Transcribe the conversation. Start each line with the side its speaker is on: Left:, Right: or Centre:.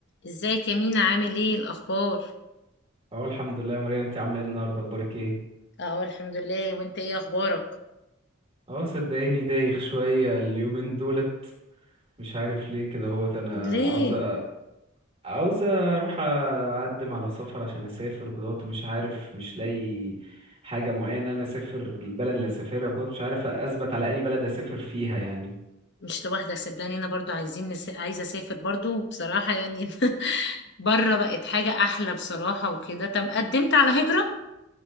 Left: ازيك يا مينا عامل ايه الاخبار
Right: اه الحمد لله يا ماريا انت عامله ايه النهارده اخبارك ايه
Left: اهو الحمد لله وانت ايه اخبارك
Right: اه صدقيني دايخ شويه اليومين دولت مش عارف ليه كده هوت انا
Left: ليه
Right: عاوزه عاوزه اروح اقدم على سفر عشان اسافر وكده اهوت، مش عارف مش لاقي حاجه معينه انا اسافر البلد اللي اسافرها وكده مش عارف اثبت على اني بلد اسافر فيها يعني
Left: مش لوحدك صدقني انا برضو عايزين نس... عايزه اسافر برضو بصراحه يعني <laughs> بره بقت حاجه احلى بصراحه وكده طب قدمت على هجره